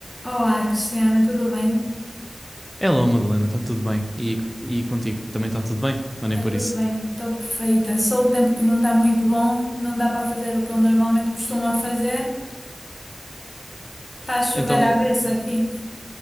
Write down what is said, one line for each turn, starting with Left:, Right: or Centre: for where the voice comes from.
Left: Olá, Cristiana, tudo bem?
Centre: Hello, Madalena, está tudo bem? E, e contigo? Também está tudo bem? Ou nem
Left: Está
Centre: por
Left: tudo
Centre: isso?
Left: bem, estou perfeita. Só o tempo que não está muito bom, não dá para fazer o que eu normalmente costumo a fazer. Está a chover
Centre: Então,
Left: à beça aqui,